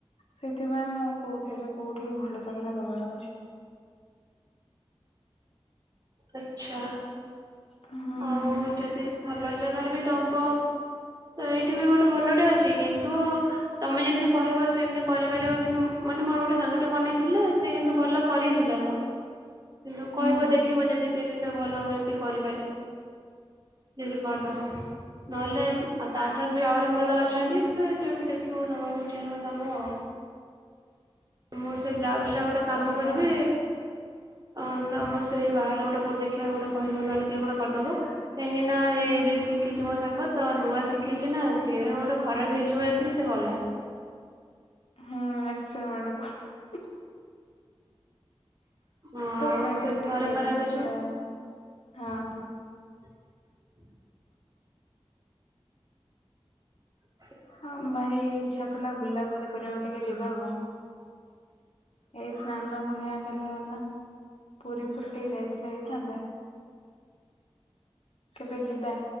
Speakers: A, on the left; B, on the right.
A: ସେଥିପାଇଁ ମୁଁ କହୁଥିଲି କୋଉଠି ଭଲ ଜାଗାରେ ଦବାର ଅଛି
B: ଆଛା,
A: ହୁଁ
B: ଆଉ ଯଦି ଭଲ ଜାଗାରେ ବି ଦବ ଏଇଠି ବି ଗୋଟେ ଭଲଟେ ଅଛି କିନ୍ତୁ ତମେ ଯେମିତି କହିବ ସେମିତି କରିପାରିବ କିନ୍ତୁ ମାନେ ମୋର ଗୋଟେ ସାଙ୍ଗଟେ ବନେଇଥିଲା ସେ କିନ୍ତୁ ଭଲ କରିଥିଲା ତ ନ
A: ହୁଁ।
B: କହିବ ଦେ ସେଠି ସେ ଭଲ ହୁଏ ତି କରିପାରେ ଯି କରଦବ ନହେଲେ ଆଉ ତାଠାରୁ ବି ଆହୁରି ଭଲ ଅଛନ୍ତି ଯୋଉଠି ଦେଖିବ ଦବାକୁ ଚାହିଁବ ଦବ ଆଉ ମୁଁ ସେ ବ୍ଲାଉଜ ଟା ଗୋଟେ କାମ
A: ଦେଖିବା
B: କରିବି
A: ଆଉ
B: ଅ ତ ସେ ବାହାରେ ଗୋଟେ କୋଟେ ଦେଖିବାକୁ ଗୋଟେ କହିବୁ ନହେଲେ କିଏ ଗୋଟେ କରଦବ ଏହିଁକି ନା ଏଇ
A: ହୁଁ।
B: ଯିଏ ଶିକିଛି ବ ସାଙ୍ଗ ତ ନୂଆ ଶିଖିଚିନା ସିଏ ଗୋଟେ ଖରାପ ହେଇଯିବ ଯଦି ସେ ଗଲା
A: ହୁଁ ଏକ୍ସପେରିମେଣ୍ଟ କ
B: ହଁ
A: ତା
B: ଆଉ
A: ସାଙ୍ଗରେ
B: ସେ ଥରେ ଖରାପ ହେଇଯିବ
A: ପୁରା
B: ହ
A: ହଁ
B: ହ
A: ହଁ ଭାରି ଇଛା ଥିଲା ବୁଲାବୁଲି କରିବାକୁ ଟିକେ ଯିବାକୁ ଏଇ ସ୍ନାନ ପୁନିମା କାଲି ଗଲା ପୁରୀ ଫୁରୀ ଟିକେ ଯାଇଥିଲେ ହେଇଥାନ୍ତା, କେବେ ଯିବା?